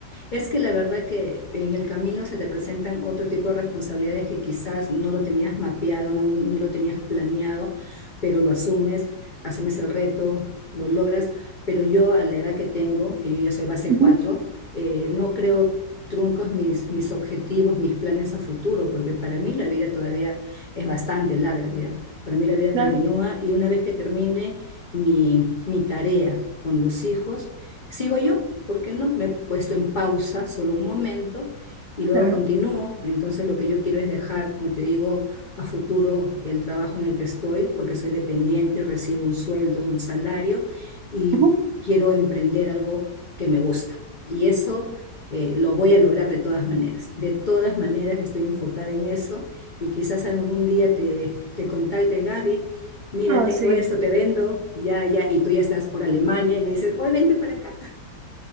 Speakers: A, on the left; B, on the right.
A: Es que la verdad que en el camino se te presentan otro tipo de responsabilidades que quizás no lo tenías mapeado, no, no- no lo tenías planeado, pero lo asumes, asumes el reto, lo logras. Pero yo a la edad que tengo, que yo ya soy base
B: Ujú,
A: 4, eh, no creo truncos mis, mis objetivos, mis planes a futuro, porque para mí la vida todavía es bastante larga, ¿ya? Para mí la vida
B: Claro,
A: continúa y una vez que termine mi, mi tarea con los hijos, Sigo yo, ¿por qué no? Me he puesto en pausa solo un momento y luego
B: claro.
A: continúo. Entonces lo que yo quiero es dejar, como te digo, a futuro el trabajo en el que estoy, porque soy dependiente, recibo un sueldo, un salario y
B: ujú.
A: quiero emprender algo que me gusta. Y eso eh, lo voy a lograr de todas maneras. De todas maneras estoy enfocada en eso y quizás algún día te, te contacte Gaby. Mira,
B: Ah,
A: tengo
B: sí.
A: esto, te vendo, ya, ya, y tú ya estás por Alemania y me dices, hoy vente para acá.